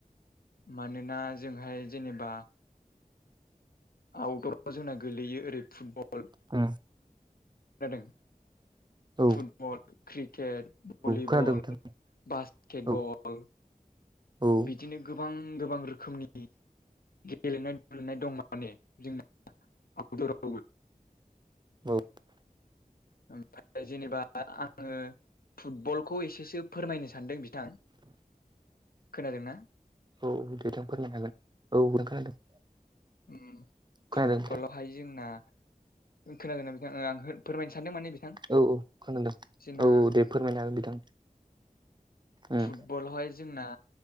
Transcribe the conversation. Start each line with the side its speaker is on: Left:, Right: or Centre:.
Left: मानोना जोंहाय जेनेबा आउदराव जोंना गोगलैयो ओरै फुटबल खोनादों
Right: उम औ
Left: फुटबल क्रिकेट भलिबल
Right: खोनादों नोंथां
Left: बासकेटबल
Right: औ औ
Left: बिदिनो गोबां गोबां रोखोमनि गेलेनाय दलेनाय दं माने जोंना आउदुरावबो
Right: औ
Left: ओमफाय जेनेबा आङो फुटबलखौ एसेसो फोरमायनो सानदों बिथां खोनादोंना
Right: औ बिथां फोरमायनो हागोन। औ खोनादों।
Left: उम
Right: खोनादों
Left: फुटबलावहाय
Right: नोंथां
Left: जोंना खोनादोंना बिथांं आं फोरमायनो सानदों माने बिथां
Right: औ खोनादों
Left: जोंना
Right: औ औ दे फोरमायनो हागोन बिथां उम
Left: फुटबलावहाय जोंना